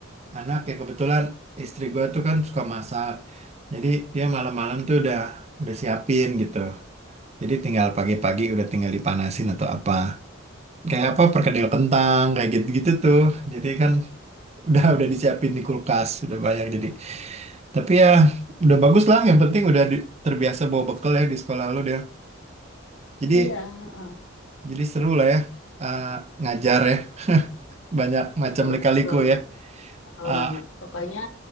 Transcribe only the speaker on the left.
iya heeh,
seru
seru
seru
banget pokoknya